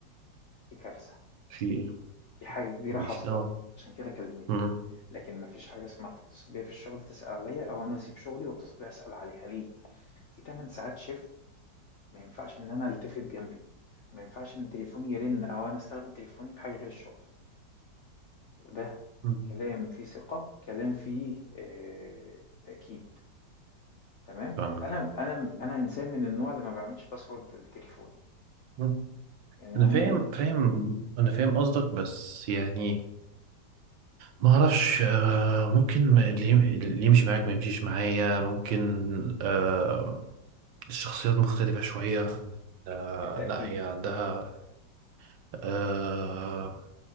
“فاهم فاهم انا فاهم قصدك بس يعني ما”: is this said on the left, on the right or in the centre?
Right